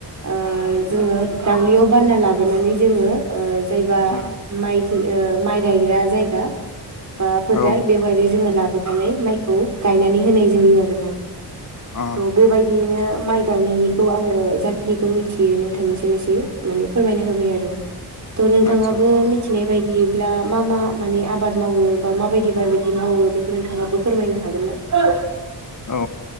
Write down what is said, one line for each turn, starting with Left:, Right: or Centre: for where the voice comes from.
Right: ओ जोङो दाबैयाव बानना लाबोनानै जोङो जायबा
Left: उम
Right: माइ ओ माइ गायग्रा जायगा बा फोथार
Left: औ
Right: बेवहाय जोङो लाबो मोनानै माइखौ गायनानै होनाय जायो आरो ना
Left: अ
Right: थ' बेबायदियैनो माइ गायनायनिखौ आंङो जाखि बेखौ मिथियो नोंथांनिसिम एसे माने फोरमायना होबाय आरो थ नोंथाङाबो
Left: आदसा
Right: मिथिनाय बायदि बिदिब्ला मा मा माने आबाद मावो बा माबायदि बिायदि मावो बेखौ नोंथाङाबो फोरमायनो हागोन ना?
Left: औ